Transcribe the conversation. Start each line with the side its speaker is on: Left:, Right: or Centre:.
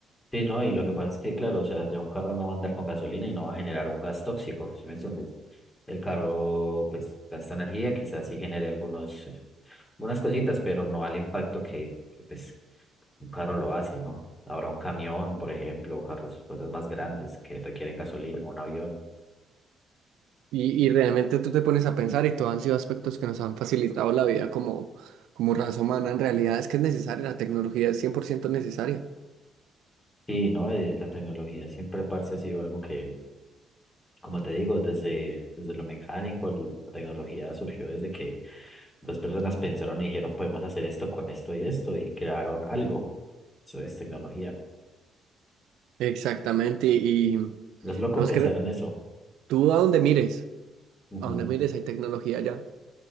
Left: Sí, no, y lo que pasa es que, claro, o sea, ya un carro no va a andar con gasolina y no va a generar un gas tóxico, ¿sí me entiendes? El carro, pues, gasta energía, quizás sí genere algunos, eh, algunas cositas, pero no al impacto que, que, pues, un carro lo hace, ¿no? Ahora un camión, por ejemplo, o carros, cosas más grandes que requieren gasolina, o un avión.
Right: Y, y realmente tú te pones a pensar y todos han sido aspectos que nos han facilitado la vida como, como raza humana. En realidad es que es necesaria, la tecnología es cien por ciento necesaria.
Left: Sí, ¿no? Eh, la tecnología siempre, parce, ha sido algo que, Como te digo, desde, desde lo mecánico, el- la tecnología surgió desde que dos personas pensaron y dijeron, podemos hacer esto con esto y esto, y crearon algo. Eso es tecnología.
Right: Exactamente, y, y no
Left: Es loco
Right: es
Left: pensar
Right: que re-
Left: en eso.
Right: tú a donde mires,
Left: Ujú,
Right: a donde mires hay tecnología ya.